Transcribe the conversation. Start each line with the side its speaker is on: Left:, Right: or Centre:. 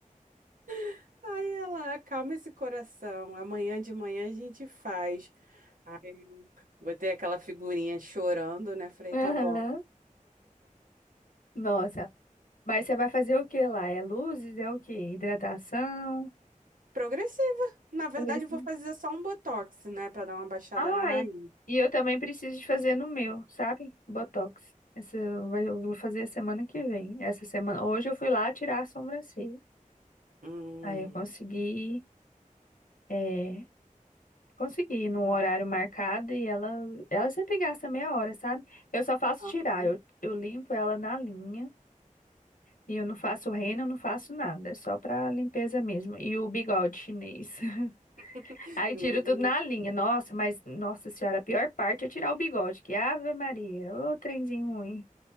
Right: <laughs> Aí ela, acalma esse coração. Amanhã de manhã a gente faz. Aí eu botei aquela figurinha chorando, né? Falei,
Left: Aham.
Right: tá bom.
Left: Nossa. Mas você vai fazer o que lá? É luzes? É o quê? Hidratação?
Right: Progressiva. Na verdade,
Left: Fazer isso.
Right: eu vou fazer só um botox, né? Pra dar uma baixada
Left: Ai,
Right: na raiz.
Left: e eu também preciso de fazer no meu, sabe? Botox. Esse eu vai- eu vou fazer semana que vem. Essa semana. Hoje eu fui lá tirar a sobrancelha.
Right: Hum.
Left: Aí eu consegui. é, Consegui no horário marcado e ela, ela sempre gasta meia hora, sabe? Eu só faço
Right: Aham.
Left: tirar, eu, eu limpo ela na linha e eu não faço reino, eu não faço nada, é só pra limpeza mesmo. E o bigode chinês. <laughs>
Right: <laughs>
Left: Aí tiro
Right: Menina,
Left: tudo na linha. Nossa, mas, nossa senhora, a pior parte é tirar o bigode, que Ave Maria, ô trenzinho ruim.